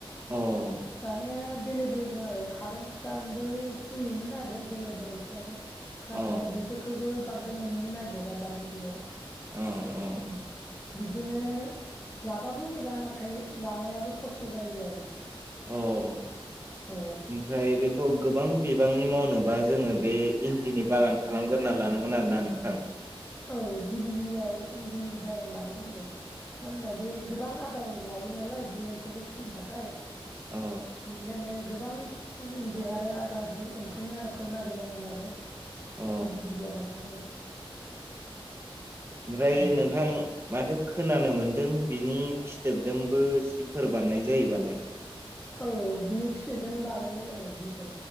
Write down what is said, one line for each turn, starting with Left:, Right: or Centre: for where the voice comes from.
Right: अ
Left: <unintelligible> <unintelligible> दं आरो खारुं फिफांबो होयोमोन आरो बेलेग- बेलेग फिफांखौ। नाथाय
Right: औ
Left: बेफोरखौबो बांद्राय मोननो नागिरा दानि जुगाव।
Right: औ
Left: बिदिनो लाबाबो मोजां नाथाय लानायाबो खस्थ' जायो आरो।
Right: औ
Left: औ
Right: ओमफ्राय बेखौ गोबां बिबांनि मावनोबा जोङो बे इन्दिनि बागान खालामग्रोना लानांगोन आरोना नोंथां।
Left: औ गिबि गिबियाव इन्दिनि बागान बानायग्रोनांगोन। मानो होनबा बे गोबां आदार लायो नालाय बे एम्फौखौ फिनो थाखाय।
Right: अ
Left: बेनिखायनो गो बां इन्दि आरो आदार बे एम्फौनि आदारखौ नागिरनांगोन आरो।
Right: अ
Left: गिबिगिबियाव <unintelligible>
Right: ओमफ्राय
Left: उम
Right: नोंथां माथो खोनानो मोनदों बिनि फिथोबजोंबो जिफोर बानाय जायोबालाय।
Left: औ बिनि फिथजों बानायो औ जिफोर।